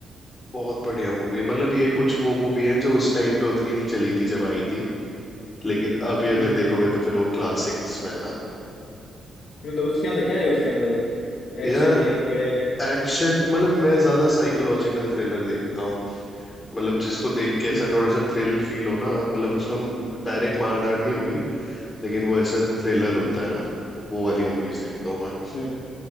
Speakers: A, on the left; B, on the left.
A: बहुत बढ़िया मूवी है मतलब ये कुछ वो मूवी है जो उस टाइम पे उतनी नहीं चली थी जब आई थी लेकिन अभी अगर
B: हम्म
A: देखोगे तो फिर वो क्लासिक्स में है ना
B: मतलब उसके अंदर क्या है उसके अंदर एक्शन
A: यार
B: है कोया है
A: एक्शन मतलब मैं ज्यादा साइकोलॉजिकल थ्रिलर देखता हूँ मतलब जिसको देख के
B: हम्म
A: ऐसा थोड़ा सा थ्रिल फील हो ना मतलब उसमें डायरेक्ट मारधाड़ नहीं होगी लेकिन वो ऐसा थ्रिलर
B: हम्म
A: होता
B: हम्म
A: है
B: हम्म
A: ना वो वाली मूवीज देखता हूँ मैं
B: हम्म।